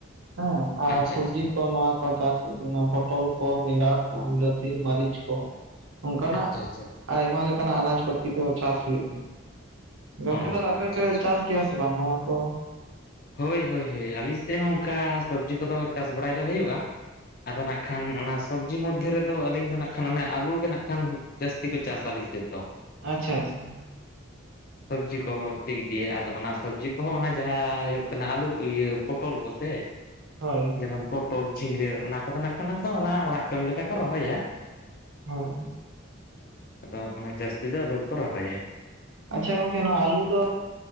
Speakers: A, on the right (about 80°); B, on the left (about 45°).
A: ᱦᱮᱸ ᱟᱨ
B: ᱟᱪᱪᱷᱟ
A: ᱥᱚᱵᱽᱡᱤ
B: ᱟᱪᱪᱷᱟ
A: ᱠᱚ ᱱᱚᱣᱟ ᱠᱚ ᱪᱟᱥ ᱦᱩᱭᱩᱜ ᱠᱟᱱᱟ, ᱯᱚᱴᱚᱞ ᱠᱚ, ᱵᱮᱸᱜᱟᱲ ᱠᱚ, ᱵᱤᱞᱟᱹᱛᱤ ᱢᱟᱹᱨᱤᱪ ᱠᱚ ᱾ ᱚᱱᱠᱟᱱᱟᱜ,
B: ᱟᱪᱪᱷᱟ ᱟᱪᱪᱷᱟ
A: ᱟᱭᱢᱟ ᱞᱮᱠᱟᱱᱟᱜ, ᱟᱱᱟᱡ ᱯᱟᱹᱛᱤ ᱠᱚ ᱪᱟᱥ ᱦᱩᱭᱩᱜ ᱜᱮ ᱾ ᱜᱚᱝᱠᱮ,
B: ᱚ
A: ᱛᱟᱦᱚᱞᱮ, ᱟᱯᱮ
B: ᱟᱪᱪᱷᱟ
A: ᱯᱮ
B: ᱟᱪᱪᱷᱟ
A: ᱪᱟᱥ ᱜᱮᱭᱟ ᱥᱮ, ᱵᱟᱝ ᱱᱚᱣᱟ ᱠᱚ?
B: ᱦᱳᱭ ᱦᱳᱭ, ᱟᱹᱞᱤᱧ ᱥᱮᱫ ᱦᱚᱸ, ᱚᱱᱠᱟ ᱥᱚᱵᱽᱡᱤ ᱠᱚᱫᱚ ᱪᱟᱥ ᱵᱟᱲᱟᱭ ᱫᱚ ᱦᱩᱭᱩᱜ-ᱟ ᱾ ᱟᱫᱚ ᱱᱟᱜᱠᱷᱟᱱ ᱚᱱᱟ, ᱥᱚᱵᱽᱡᱤ ᱢᱚᱫᱽᱫᱷᱮ ᱨᱮᱫᱚ, ᱟᱹᱞᱤᱧ ᱫᱚ ᱱᱟᱜ ᱠᱷᱟᱱ, ᱚᱱᱮ ᱟᱹᱞᱩ ᱜᱮ ᱱᱟᱜᱠᱷᱟᱱ ᱡᱟᱹᱥᱛᱤ ᱠᱚ, ᱪᱟᱥᱟ ᱟᱹᱞᱤᱧ ᱥᱮᱫ ᱫᱚ ᱾
A: ᱟᱼᱪᱪᱷᱟ, ᱟᱪᱪᱷᱟ ᱾
B: ᱥᱚᱵᱽᱡᱤ ᱠᱚ ᱦᱚᱸ ᱤᱠ ᱤᱫᱤᱭᱟᱹ ᱟᱫᱚ ᱚᱱᱟ ᱥᱚᱵᱽᱡᱤ ᱠᱚᱦᱚᱸ ᱚᱱᱟ ᱡᱟᱦᱟᱸ ᱦᱩᱭᱩᱜ ᱠᱟ ᱠᱟᱱᱟ ᱟᱹᱞᱩ ᱤᱭᱟᱹ ᱯᱚᱴᱚᱞ ᱠᱚᱥᱮ
A: ᱦᱳᱭ
B: ᱡᱮᱢᱚᱱ ᱯᱚᱴᱚᱞ ᱡᱷᱤᱸᱜᱟᱹ ᱚᱱᱟ ᱠᱚᱫᱚ ᱱᱟᱜᱠᱷᱟᱱᱟᱜ ᱫᱚ ᱚᱱᱟ ᱚᱲᱟᱜ ᱡᱚᱢ ᱞᱮᱠᱟ ᱠᱚ ᱨᱚᱦᱚᱭᱟ᱾
A: ᱦᱳᱭ᱾
B: ᱟᱫᱚ ᱚᱱᱟ ᱡᱟᱹᱥᱛᱤ ᱫᱚ ᱟᱹᱞᱩ ᱠᱚ ᱨᱚᱦᱚᱭᱟ᱾
A: ᱟᱪᱪᱷᱟ ᱜᱚᱝᱠᱮ? ᱱᱚᱣᱟ ᱟᱞᱩ ᱫᱚ